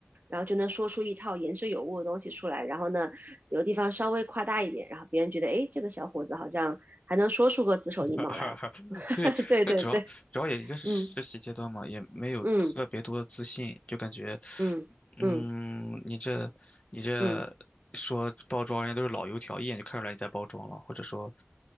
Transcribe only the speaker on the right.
然后就能说出一套言之有物的东西出来。然后呢，有的地方稍微夸大一点，然后别人觉得，哎，这个小伙子好像还能说出个子丑寅卯来。
<laughs>
对对对，
嗯
嗯
嗯嗯
嗯，